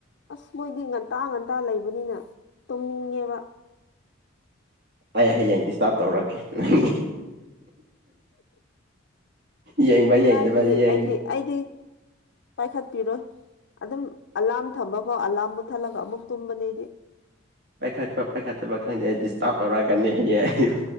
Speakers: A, on the left; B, on the right.
A: ꯑꯁ ꯃꯣꯏꯗꯤ ꯉꯟꯇꯥ ꯉꯟꯇꯥ ꯂꯩꯕꯅꯤꯅ ꯇꯣꯡꯅꯤꯡꯉꯦꯕ
B: ꯑꯩ ꯍꯌꯦꯡ ꯗꯤꯁꯇꯥꯔꯕ ꯇꯧꯔꯛꯀꯦ ꯅꯪꯒꯤ ꯌꯦꯡꯕ
A: ꯀꯗꯥꯏꯗꯤ
B: ꯌꯦꯡꯗꯕ ꯌꯦꯡ
A: ꯑꯩꯗꯤ ꯑꯩꯗꯤ ꯄꯥꯏꯈꯠꯄꯤꯔꯣꯏ ꯑꯗꯨꯝ ꯑꯂꯥꯔꯝ ꯊꯝꯕ ꯐꯥꯎ ꯑꯂꯥꯔꯝ ꯃꯨꯠꯊꯠꯂꯒ ꯑꯃꯨꯛ ꯇꯨꯝꯕꯅꯤ
B: ꯄꯥꯏꯈꯠꯄ ꯄꯥꯏꯈꯠꯇꯕ ꯈꯪꯗꯦ ꯗꯤꯁꯇꯥꯔꯕ ꯇꯧꯔꯛꯑꯀꯅꯤ ꯍꯌꯦ ꯑꯩ